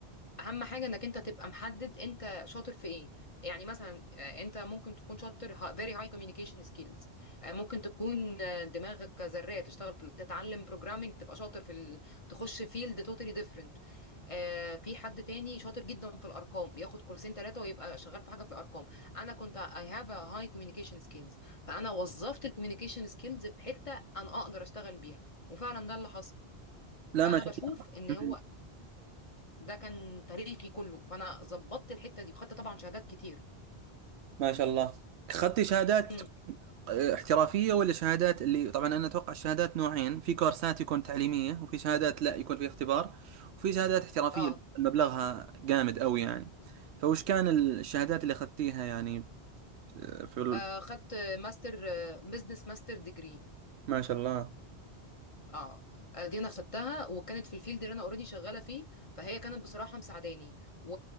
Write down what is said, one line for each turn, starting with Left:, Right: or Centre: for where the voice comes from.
Left: اهم حاجه انك انت تبقى محدد انت شاطر في ايه يعني مثلا آه، انت ممكن تكون شاطر ه- very high communication skills آه، ممكن تكون آه، دماغك زراعة تشتغل في تتعلم programming تبقى شاطر في ال... تخش field totally different آه، في حد تاني شاطر جدا في الارقام ياخد كورسين ثلاثه ويبقى شغال في حاجه في الارقام انا كنت I have a high communication skills فانا وظفت الكوميونيكيشن سكيلز في حته انا اقدر اشتغل بيها وفعلا ده اللي حصل
Right: لا
Left: فانا
Right: ما شاء
Left: بشوف ان
Right: الله
Left: هو ده كان تاريخي كله فانا ظبطت الحته دي وخدت طبعا شهادات كتير
Right: ما شاء الله أخذتي شهادات
Left: امم
Right: احترافية ولا شهادات اللي طبعا أنا أتوقع الشهادات نوعين في كورسات يكون تعليمية وفي شهادات لا يكون في اختبار وفي شهادات احترافية
Left: اه
Right: اللي يكون مبلغها جامد أوي يعني فوش كان الشهادات اللي أخذتيها يعني في ال...
Left: آه، خدت ماستر بزنس ماستر ديجري
Right: ما شاء الله
Left: اه آه، دي انا خدتها وكانت في الفيلد اللي انا اوريدي شغاله فيه فهي كانت بصراحه مساعداني و...